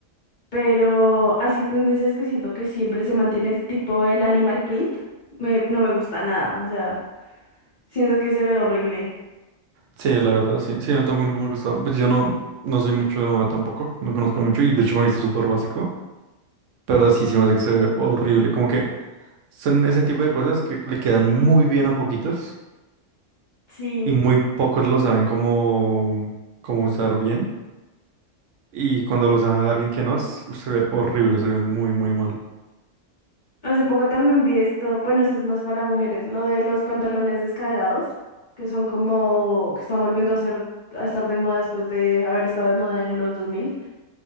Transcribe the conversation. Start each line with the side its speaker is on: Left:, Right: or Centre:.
Left: pero así tendencias que siento que siempre se mantiene el tipo el animal print, me, no me gusta nada, o sea, siento que se ve horrible.
Right: Sí, la verdad, sí. Sí, no tengo nunca me gustado. Pues yo no, no soy mucho de moda tampoco. No conozco mucho y de hecho me he visto súper básico. Pero sí, sí me hace que se ve horrible. Como que son ese tipo de cosas que le quedan muy bien a poquitos
Left: Sí.
Right: y muy pocos lo saben cómo, cómo usar bien. Y cuando lo usa alguien que no, es- se ve horrible, se ve muy, muy mal.
Left: Hace poco también vi esto, bueno, esto es más para mujeres, lo de los pantalones descaderados, que son como, que están volviendo a ser, a estar de moda después de haber estado de moda en los 2000.